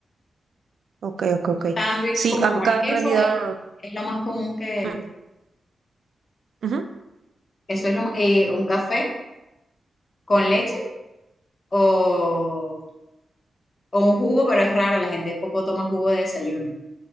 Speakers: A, on the right; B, on the left.
A: Ok, ok, ok.
B: Sándwich
A: Sí,
B: con
A: acá
B: jamón y queso
A: en realidad...
B: es, es lo más común que,
A: mm, ujú.
B: Eso es lo, ma- eh, un café con leche o, o un jugo, pero es raro, la gente poco toma jugo de desayuno.